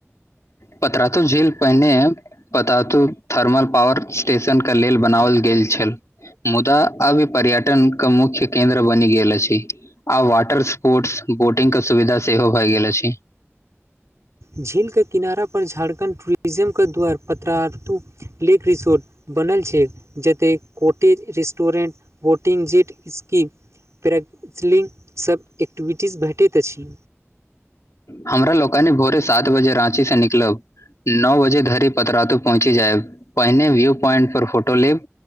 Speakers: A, on the left (about 85°); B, on the right (about 80°).
A: पतरातू झील पहने है पतातू। थर्मल पॉावर स्टेशन के लेल बनाओल गेल छल। मुदा अब पर्यटनके मुख्य केन्द्र बनि गेल अछि। आ वाटर स्पोर्ट्स बोटिंग के सुविधा सेहो भय गेल अछि।
B: झील के किनारा पर झारखण्ड टूरिज्म के द्वार। पत्ररातु लेेक रिसोर्ट बनल छै जते cottage restaurant. Boating jet ski प्रैसलिंगसभ एक्टिविटीज भेटैत अछि।
A: हमरा लोकानी भोरे सात बजे राँची सऽ निकलब। नओ बजे धरि पतरातो पहुँची जायब पहिने व्यू पॉइंट पर फोटो लेब।